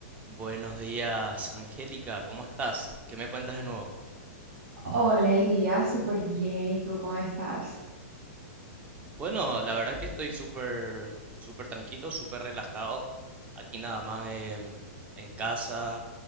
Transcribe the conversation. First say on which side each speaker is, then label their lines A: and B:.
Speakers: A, on the right (about 20°); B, on the right (about 55°).
A: Buenos días, Angélica, ¿cómo estás? ¿Qué me cuentas de nuevo?
B: Hola Elías, súper bien. ¿Y tú cómo estás?
A: Bueno, la verdad que estoy súper, súper tranquilo, súper relajado. Aquí nada más en, en casa,